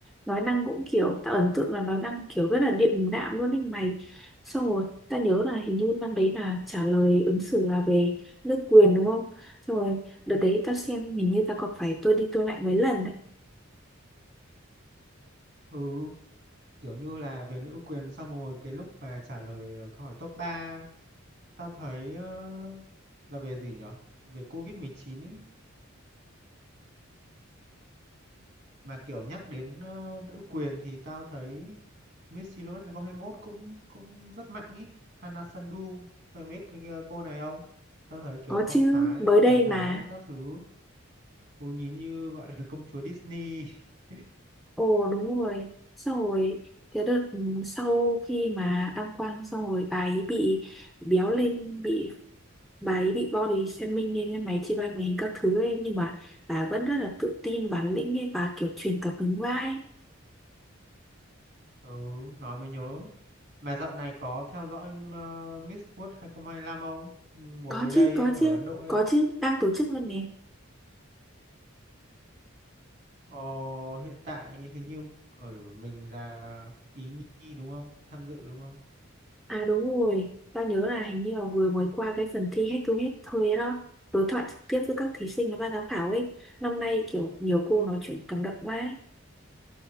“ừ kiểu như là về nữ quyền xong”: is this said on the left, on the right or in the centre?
Right